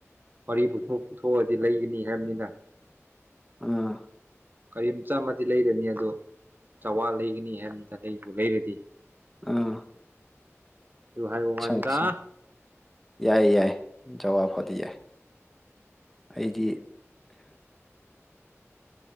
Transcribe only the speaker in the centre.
ꯑꯥ
ꯑꯥ
ꯑꯠꯆꯥ
ꯑꯠꯆꯥ ꯌꯥꯏ ꯌꯥꯏ ꯖꯕ ꯑꯣꯏꯗꯤ ꯌꯥꯏ ꯑꯩꯗꯤ